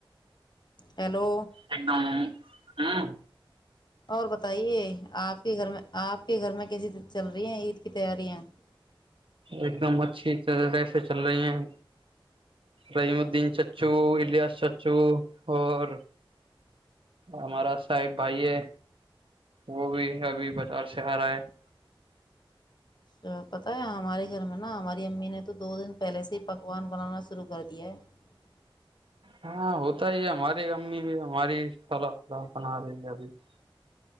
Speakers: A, on the left (about 55°); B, on the right (about 70°).
A: ہیلو
B: ایک دم ہوں
A: اور بتائیے آپ کے گھر میں آپ کے گھر میں کیسیے چل رہی ہیں عید کی تیاریاں <unintelligible>
B: ایک دم اچھی طرح سے چل رہی ہیں رحیم الدین چچو الیاس چچو اور ہمارا صاحب بھائی ہے وہ بھی ابھی بازار سے آ رہا ہے <unintelligible>
A: تو پتتا ہے ہمارے گھر میں نا ہماری امی نے تو <unintelligible> تو دو دن پہلے سے ہی پکوان بنانا <unintelligible> شرو کر دیا <unintelligible>
B: ہاں ہوتا ہی ہے ہماری امی بھی ہماری سال بنا رہی ہیں ابھی <unintelligible>